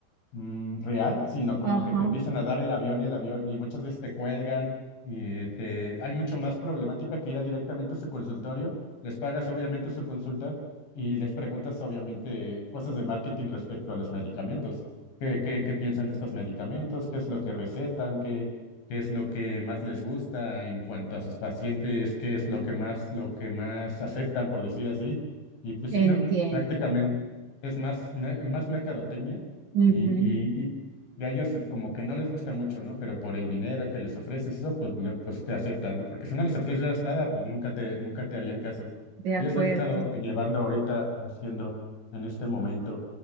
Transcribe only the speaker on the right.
ajá,
entiendo.
Ujú,
de acuerdo.